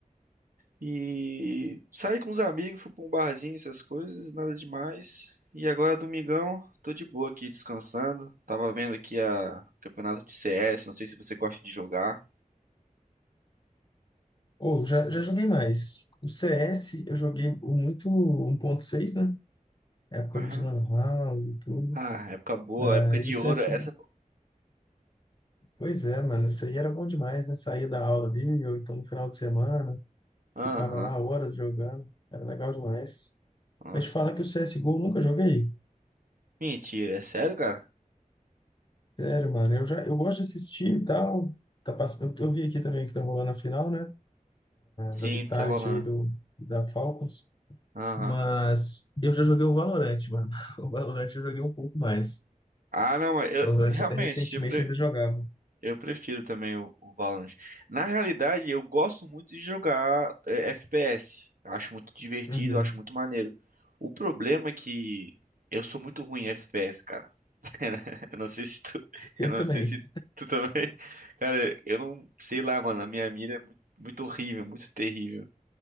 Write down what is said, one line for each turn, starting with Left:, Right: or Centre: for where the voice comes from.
Right: E saí com os amigos, fui pra um barzinho, essas coisas, nada demais. E agora, domingão, tô de boa aqui descansando. Tava vendo aqui a campeonato de CS, não sei se você gosta de jogar.
Left: Ou já, já joguei mais. O CS eu joguei o muito 1.6, né? Época
Right: Aham.
Left: ali de Lan House e tudo.
Right: Ah, época boa,
Left: Aí
Right: época de
Left: o CSGO
Right: ouro, essa.
Left: Pois é, mano, isso aí era bom demais, né? Saía da aula ali, ou então no final de semana,
Right: Aham.
Left: ficava lá horas jogando, era legal demais.
Right: Nossa.
Left: Mas te falar que o CSGO eu nunca joguei.
Right: Mentira, é sério, cara?
Left: Sério, mano, eu já eu gosto de assistir e tal. Tá pass... eu, eu vi aqui também que tá rolando a final, né?
Right: Sim,
Left: Da Vitality
Right: tá rolando.
Left: aí do, da Falcons.
Right: Aham.
Left: Mas eu já joguei o Valorant, mano. <laughs> O Valorant eu joguei um pouco mais.
Right: Ah, não, mas eu
Left: O Valorant
Right: realmente,
Left: até recentemente
Right: eu, pre-
Left: ainda jogava.
Right: Eu prefiro também o, o Valorant. Na realidade, eu gosto muito de jogar eh, FPS. Eu Acho muito divertido,
Left: Uhum.
Right: eu acho muito maneiro. O problema é que eu sou muito ruim em FPS, cara. <laughs> Eu não sei se tu,
Left: Eu
Right: eu não
Left: também.
Right: sei se tu também. <laughs> Cara, eu não sei lá, mano. A minha mira é muito, muito horrível, muito terrível.